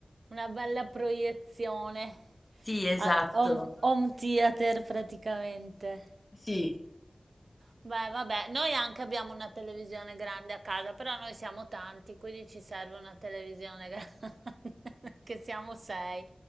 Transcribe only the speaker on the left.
Sì, esatto.
Sì.